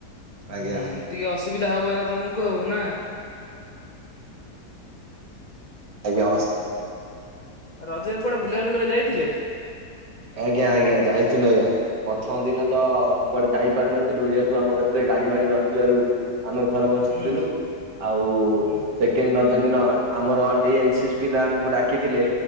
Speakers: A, on the right; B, on the left.
A: ଆଜ୍ଞା।
B: ହୁଁ ଟିକେ ଅସୁବିଧା ହବ ଏଇନା ତମୁକୁ ଆଉ ନା।
A: ଆଜ୍ଞା
B: ହାଲ୍ ଆଉ ରଜେରେ କୁଆଡେ ବୁଲାବୁଲି କରିଆକୁ ଯାଇଥିଲେ।
A: ଆଜ୍ଞା ଆଜ୍ଞା ଯାଇଥିଲି ଆଜ୍ଞା। ପ୍ରଥମ ଦିନ ତ କୁଆଡେ ଯାଇପାରିନଥିଲୁ ଯେହେତୁ ଆମ କତିରେ ଗାଡି ଫାଡି ନଥିବାରୁ ଆମେ ଘରେ ବସିଥିଲୁ
B: ହୁଁ
A: ଆଉ
B: ହୁଁ
A: ସେ କେଣ୍ଡ ରଜଦିନ ଆମର ଏଇ ଏନ୍ ସି ସି ପିଲା ଆମୁକୁ ଡାକିଥିଲେ।